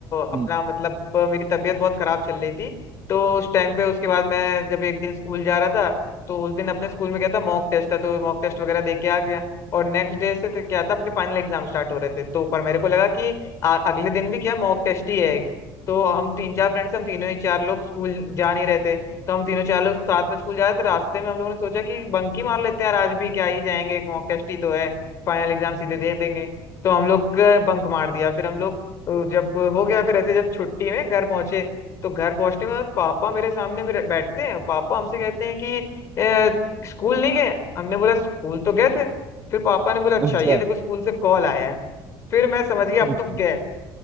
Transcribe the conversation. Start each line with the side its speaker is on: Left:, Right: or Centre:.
Left: अपना
Right: हम्म,
Left: मतलब मेरी तबीयत बहुत खराब चल रही थी तो उस टाइम पे उसके बाद मैं जब एक दिन स्कूल जा रहा था तो उस दिन अपने स्कूल में क्या था मॉक टेस्ट था तो मॉक टेस्ट वगैरह दे के आ गया और नेक्स्ट डे से तो क्या था अपने फाइनल एग्जाम स्टार्ट हो रहे थे तो पर मेरे को लगा कि आ, अगले दिन भी क्या मॉक टेस्ट ही है एक तो हम तीन चार फ्रेंड्स हम तीनों ही चार लोग स्कूल जा नहीं रहे थे तो हम तीनों चार लोग साथ में स्कूल जा रहे थे तो रास्ते में हम लोगों ने सोचा कि बंकी मार लेते हैं यार आज भी क्या ही जाएंगे एक मॉक टेस्ट ही तो है फाइनल एग्जाम सीधे दे देंगे तो हम लोग बंक मार दिया फिर हम लोग अ, जब हो गया फिर ऐसे जब छुट्टी में घर पहुंचे तो घर पहुंचने के बाद पापा मेरे सामने मेरे बैठते हैं पापा हमसे कहते हैं कि "अ, स्कूल नहीं गए हमने बोला स्कूल तो गए थे फिर पापा ने बोला अच्छा
Right: अच्छा
Left: ये देखो स्कूल से कॉल आया है फिर मैं समझ गया
Right: हम्म,
Left: अब तो गए